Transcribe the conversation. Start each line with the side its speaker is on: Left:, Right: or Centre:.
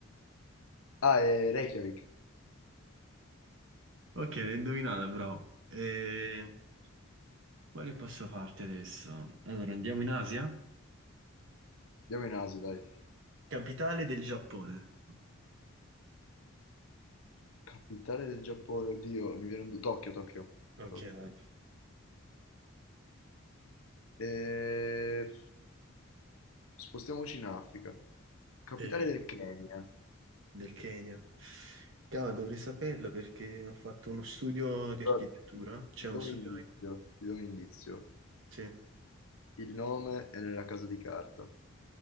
Left: Ah, è Reykjavik,
Right: Ok, l'ho indovinata però. Eh, quale posso farti adesso? Allora, andiamo in Asia?
Left: andiamo in Asia, dai.
Right: Capitale del Giappone.
Left: Capitale del Giappone, oddio, mi viene un... du- Tokyo, Tokyo,
Right: Ok,
Left: Tokyo.
Right: dai.
Left: E... Spostiamoci in Africa. Capitale
Right: Eh,
Left: del Kenya.
Right: del Kenya. Cavolo, dovrei saperlo perché ho fatto uno studio di architettura.
Left: Però
Right: C'è
Left: ti
Right: uno
Left: do
Right: studio...
Left: un indizio,
Right: in-
Left: ti do un indizio.
Right: Sì.
Left: Il nome è nella casa di carta,